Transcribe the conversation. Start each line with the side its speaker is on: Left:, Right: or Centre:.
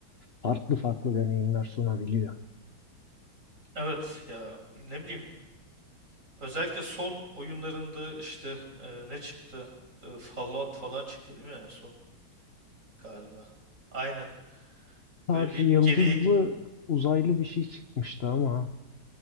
Left: farklı farklı deneyimler sunabiliyor.
Right: Evet ya ne bileyim. Özellikle son oyunlarında işte e, ne çıktı? E, Fallout falan çıktı değil mi en son? Galiba. Aynen.
Left: Star
Right: Böyle bir
Left: yıldızlı
Right: geriye...
Left: uzaylı bir şey çıkmıştı ama